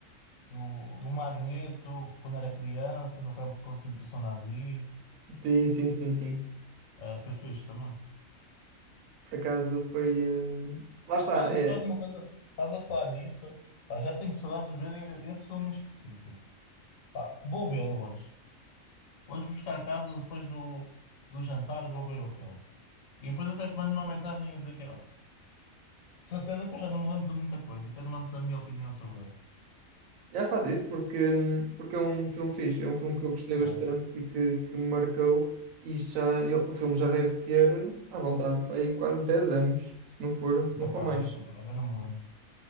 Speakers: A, on the left (about 75°); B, on the right (about 80°).
A: do, do Magneto, quando era criança, no campo de concentração nazi.
B: Sim, sim, sim, sim.
A: Ah, foi fixe também.
B: Por acaso foi. hum, Lá está,
A: Olha, mas
B: é,
A: estás uma coisa, estás a falar nisso, pá, já tenho saudades de ver e- esse filme em específico. Pá, vou vê-lo hoje. Hoje vou buscar a casa depois do, do jantar, vou ver o filme. E depois até te mando uma mensagem a dizer que, olha, de certeza que eu já não me lembro de muita coisa, até te mando a minha opinião sobre ele.
B: já faz isso porque, hum, porque é um filme fixe, é um filme que eu gostei bastante
A: É,
B: e que, que me marcou. E isto já, eu- o filme já deve ter, à vontade, para aí quase 10 anos, se não for, se
A: é capaz,
B: não for mais.
A: é capaz, já não me lembro.